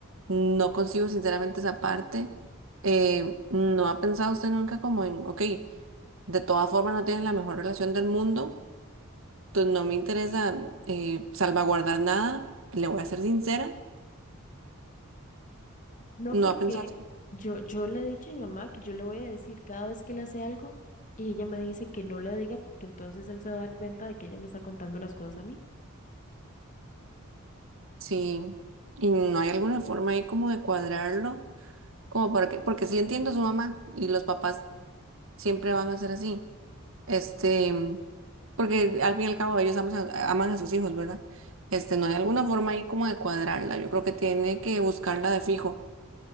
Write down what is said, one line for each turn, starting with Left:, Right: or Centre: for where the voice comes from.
Right: No consigo sinceramente esa parte. Eh, ¿no ha pensado usted nunca como en, ok, de todas formas no tienen la mejor relación del mundo, entonces no me interesa eh, salvaguardar nada, le voy a ser sincera
Left: No,
Right: No
Left: porque
Right: ha pensado,
Left: yo, yo le he dicho a mi mamá que yo le voy a decir cada vez que le hace algo y ella me dice que no le diga porque entonces él se va a dar cuenta de que ella me está contando las cosas a mí.
Right: sí. Y no hay alguna forma ahí como de cuadrarlo, como porque, porque sí entiendo a su mamá y los papás siempre van a ser así. Este, porque al fin y al cabo ellos aman a, aman a sus hijos, ¿verdad? Este, no hay alguna forma ahí como de cuadrarla. Yo creo que tiene que buscarla de fijo